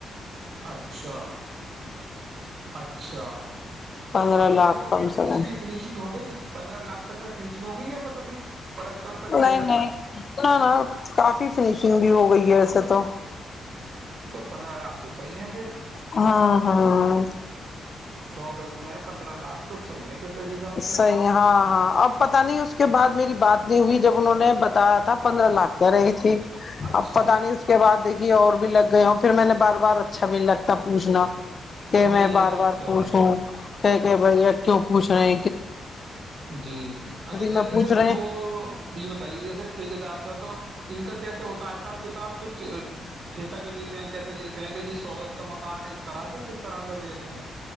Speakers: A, on the right; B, on the left.
A: اچھا اچھا
B: پندرہ
A: تو ابھی
B: لاکھ
A: مطلب
B: کم سے کم
A: اس کی فنیشنگ ہو گئی پندرہ لاکھ میں فننیشنگ ہو گئی ہے بس ابھی پلستر تک ہی
B: نہیں
A: ہے
B: نہیں نہ نہ کافی چیکنگ بھی ہو گئی ہے وسے تو
A: تو پندرہ لاکھ تو صحیح ہے پھر
B: ہاں ہاں ہاں
A: سو گز میں ہے پندرہ لاکھ تو صحی ہے پھر تو اس حساب سے
B: صحیح ہاں ہاں اب پتا نہیں اس کے بعد میری بات نہیں ہوئی جب انہوں نے بتا تھا پندرہ لاکھ کیا رہی تھ
A: اچھا
B: اب پت نہیں اس کے بعد دیکھیے اور بھی لگ گئے ہ ہاں کہ میں
A: نہیں یہ
B: بار
A: بات
B: بار
A: تو
B: پوھوں
A: ہے
B: کہ کہ بھیا کیوں پوچھ رہ
A: جی اچھا جیسے
B: میں پوچھ رہے
A: وہ
B: ہیں
A: یہ بتائیے جیسا ٹھیکے دار تھا تو <unintelligible> ان کا کیسا ہوتا ہے حساب کتاب کچھ ٹھیکا جو لیتے ہیں کیسے لیتے ہیں کہ جی سوگس کا مکان ہے اس طرح سے کس طرح سے لیےتے ہیں